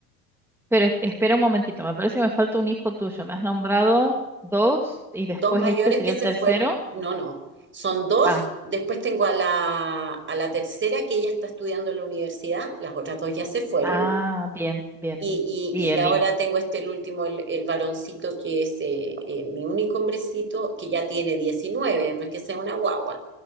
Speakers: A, in the centre; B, on the right (about 25°).
A: Pero es- espera un momentito. Me parece que me falta un hijo tuyo. Me has nombrado dos y
B: dos
A: después
B: mayores
A: este sería
B: que se
A: el tercero.
B: fueron. No, no. Son dos.
A: Ah,
B: Después tengo a la, a la tercera que ella está estudiando en la universidad. Las otras dos ya se fueron.
A: ah, bien, bien,
B: Y,
A: bien. Y
B: y-
A: el
B: y ahora
A: hijo.
B: tengo este el último, el, el varoncito, que es eh, eh, mi único hombrecito, que ya tiene diecinueve no es que sea una guagua,